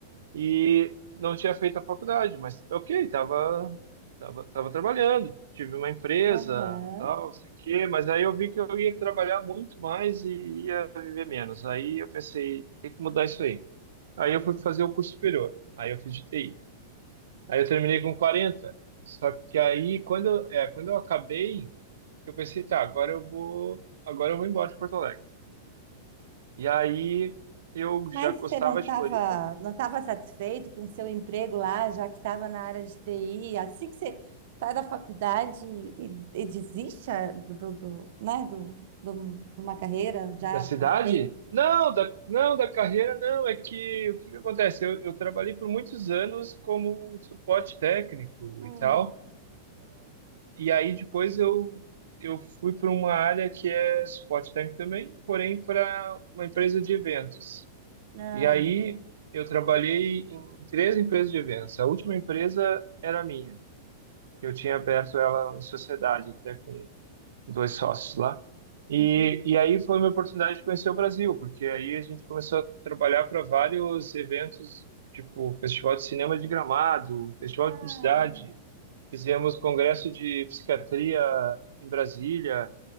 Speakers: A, on the right (about 80°); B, on the right (about 60°).
A: e não tinha feito a faculdade, mas ok, tava, tava, tava trabalhando, tive uma empresa,
B: Aham.
A: tal, não sei o quê, mas aí eu vi que eu ia trabalhar muito mais e ia viver menos. Aí eu pensei, tem que mudar isso aí. Aí eu fui fazer o curso superior, aí eu fiz de TI. Aí eu terminei com 40, só que aí quando, eu- é, quando eu acabei, eu pensei, tá, agora eu vou, agora eu vou embora de Porto Alegre. E aí eu
B: Mas
A: já gostava
B: você não estava
A: de Floripa,
B: não estava satisfeito com o seu emprego lá, já que estava na área de TI? Assim que você sai da faculdade e, e desiste ah, do, do, do, né, do, do- de uma carreira já
A: Da cidade?
B: com emprego?
A: Não, da, não, da carreira não. É que o que que acontece? Eu, eu trabalhei por muitos anos como suporte técnico
B: Hum,
A: e tal. E aí depois eu, eu fui para uma área que é suporte técnico também, porém para uma empresa de eventos.
B: ah,
A: E aí eu trabalhei em três empresas de eventos. A última empresa era minha. Eu tinha aberto ela em sociedade, até com dois sócios lá. E,
B: entendi.
A: e aí foi uma oportunidade de conhecer o Brasil, porque aí a gente começou a trabalhar para vários eventos, tipo Festival de Cinema de Gramado, Festival
B: Ah,
A: de Publicidade, fizemos congresso de psiquiatria em Brasília,